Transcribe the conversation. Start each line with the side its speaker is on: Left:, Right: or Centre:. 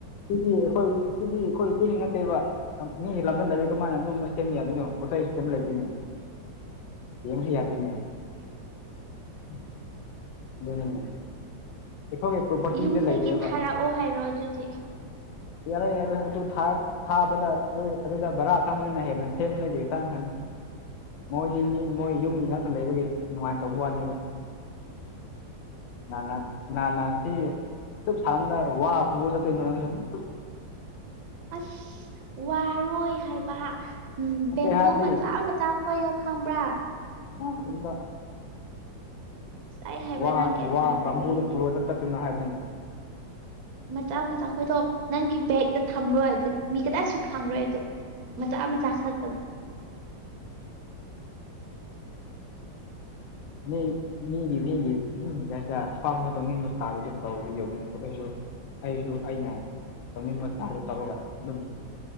Left: ꯁꯤꯗꯤ ꯑꯩꯈꯣꯏ ꯁꯤꯗꯤ ꯑꯩꯈꯣꯏ ꯆꯤꯡ ꯅꯠꯇꯦꯕꯚ ꯃꯤ ꯂꯝꯗ ꯂꯩꯔꯒ ꯃꯥꯅ ꯑꯗꯨꯒꯨꯝꯕ ꯁꯦꯝꯕ ꯌꯥꯗꯣꯏꯅꯣ ꯄꯣꯠ ꯆꯩꯁꯨ ꯀꯩꯝ ꯂꯩꯗꯣꯏꯅꯦ ꯌꯦꯡꯉꯨꯁꯤ ꯌꯥꯗꯦꯅꯦ ꯎꯝ ꯅꯤ ꯃ ꯑꯩꯈꯣꯏ ꯄ꯭ꯔꯣꯄꯔꯇꯤꯖꯦ
Right: ꯌꯨꯝꯗꯒꯤ
Left: ꯂꯩꯇꯦꯕ
Right: ꯊꯥꯔꯛꯑꯣ
Left: <inaudible>
Right: ꯍꯥꯏꯔꯣ ꯑꯗꯨꯗꯤ
Left: ꯌꯥꯔꯣꯏ ꯌꯥꯔꯣꯏ ꯑꯗꯨ ꯊꯥ ꯊꯥꯕꯗ ꯑꯗꯨ ꯑꯗꯨꯗ ꯕꯔꯥ ꯆꯪꯕꯅꯤꯅ ꯍꯦꯟꯅ ꯁꯦꯝꯕꯗꯒꯤ ꯆꯪꯈ꯭ꯔꯅꯤ ꯃꯣꯏꯗꯤ ꯃꯤ ꯃꯣꯏ ꯌꯨꯝꯗꯨ ꯅꯠꯇ ꯂꯩꯕꯒꯤ ꯅꯨꯡꯉꯥꯏꯅ ꯇꯧꯕ ꯋꯥꯅꯦꯕ <inaudible> ꯃꯥꯅꯛ ꯍꯥꯟꯅ ꯇꯤ ꯁꯨꯞ ꯁꯥꯡꯕꯅ ꯋꯥ ꯄꯨꯔꯥ ꯆꯠꯇꯣꯏꯅꯣ ꯅꯪ ꯁꯨ ꯍꯨ-ꯍꯨ
Right: ꯑꯁ ꯋꯥꯔꯣꯏ ꯍꯥꯏꯕ ꯎꯝ
Left: ꯅꯠꯇꯦ
Right: ꯕꯦꯝꯕꯨ
Left: ꯍꯥꯏꯔꯗꯤ
Right: ꯃꯆꯥ ꯃꯆꯥ ꯈꯣꯏꯗꯣ ꯈꯪꯕ꯭ꯔꯥ
Left: <unintelligible>
Right: ꯑꯩ ꯍꯥꯏꯕ
Left: ꯋꯥ
Right: ꯅꯪ ꯒ꯭ꯌꯥꯟ
Left: ꯋꯥ
Right: ꯇꯥꯗꯕꯒꯤꯅꯤ
Left: ꯕꯥꯃꯨꯗ ꯄꯨꯔꯛ ꯆ ꯆꯠꯇꯣꯏꯅꯣ ꯍꯥꯏꯕꯅꯤꯗ
Right: ꯃꯆꯥ ꯃꯆꯥ ꯈꯣꯏꯗꯣ ꯅꯪꯒꯤ ꯕꯦꯛꯇ ꯊꯝꯔꯣꯏ ꯑꯗꯨꯗ ꯃꯤ ꯀꯅꯥꯁꯨ ꯈꯪꯔꯣꯏ ꯑꯗꯨ ꯃꯆꯥ ꯃꯆꯥ ꯈꯛꯇ
Left: <inaudible> ꯃꯤꯒꯤ ꯃꯤꯒꯤ ꯃꯤ <unintelligible> ꯑꯄꯥꯝꯕ ꯇꯧꯅꯤꯡꯕ <unintelligible> ꯑꯩꯁꯨ ꯑꯩꯁꯨ ꯑꯩꯅ ꯇꯧꯅꯤꯡꯕ <unintelligible> ꯇꯧꯔꯒ ꯑꯗꯨꯝ